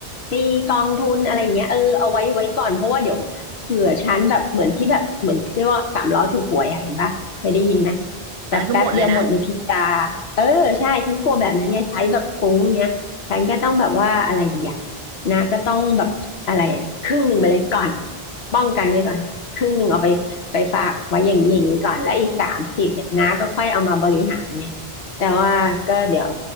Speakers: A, on the left (about 80°); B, on the right (about 90°).
A: ปีกองทุนอะไรอย่างเงี้ยเออเอาไว้ไว้ก่อนเพราะว่าเดี๋ยวเผื่อฉันแบบเหมือนที่แบบเหมือนเรียกว่าสามล้อถูกหวยอ่ะเห็นปะเคยได้ยินไหม
B: อันนั้นคือหมดเลยนะ
A: แบบแป๊บเดียวหมดในพริบตาเออใช่ฉันกลัวแบบนั้นเนี่ยใช้แบบฟุ้งเงี้ยฉันก็ต้องแบบว่าอะไรดีอ่ะนะก็ต้องแบบอะไรอ่ะครึ่งหนึ่งไปเลยก่อนป้องกันไว้ก่อนครึ่งหนึ่งเอาไปไปฝากไว้อย่างนี้อย่างนี้ก่อนแล้วอีกสามสิบเนี่ยนะก็ค่อยเอามาบริหารไงแต่ว่าก็เดี๋ยว
B: อืม